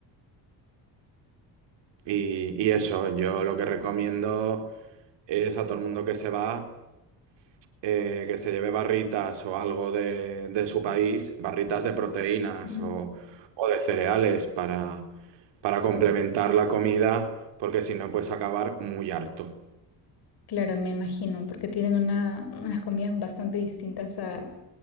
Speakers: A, on the right; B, on the left.
A: y, y eso, yo lo que recomiendo es a todo el mundo que se va. eh, que se lleve barritas o algo de, de su país, barritas de proteínas
B: ujú.
A: o, o de cereales para, para complementar la comida, porque si no puedes acabar muy harto.
B: Claro, me imagino, porque tienen una, unas comidas bastante distintas a,